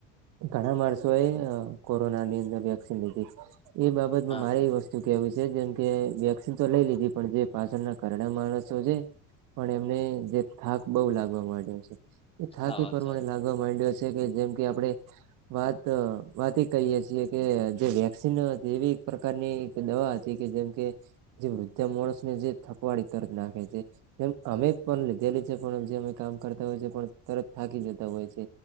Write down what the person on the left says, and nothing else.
હા
હા વાત
સાચ